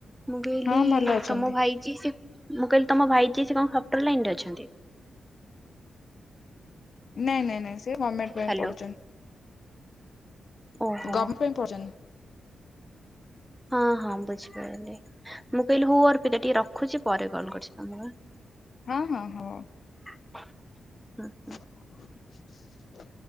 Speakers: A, in the centre; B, on the left.
A: ମୁଁ କହିଲି
B: ହଁ ଭଲ ଅଛନ୍ତି।
A: ତମ ଭାଇ କି ସେ ମୁଁ କହିଲି ତମ ଭାଇ କିିଏ ସେ କଣ ସଫ୍ଟର ଲାଇନରେ ଅଛନ୍ତି?
B: ନାଇଁ ନାଇଁ ନାଇଁ ସେ ଗମେଣ୍ଟ ପାଇଁ
A: ହ୍ୟାଲୋ
B: ପଢୁଛନ୍ତି।
A: ଓହୋ
B: ଗମେଣ୍ଟ ପାଇଁ ପଢୁଛନ୍ତି
A: ହଁ ହଁ ବୁଝିପାଇଲି। ମୁଁ କହିଲି ହଉ ଅର୍ପିତା ଟିକେ ରଖୁଛି ପରେ କଲ କରିୁଛି ତମକୁ ଆଁ
B: ହଁ ହଁ ହଉ
A: <unintelligible>
B: <unintelligible>